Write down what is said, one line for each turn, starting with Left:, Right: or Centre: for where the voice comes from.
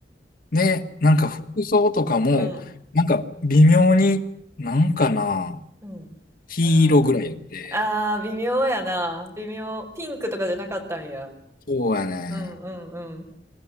Left: で、なんか服装とかも、
Right: うん。
Left: なんか微妙に、なんかな、
Right: うん。
Left: 黄色ぐらいやって。
Right: あーあー、微妙やな。微妙。ピンクとかじゃなかったんや。
Left: そうやね。
Right: うんうんうん。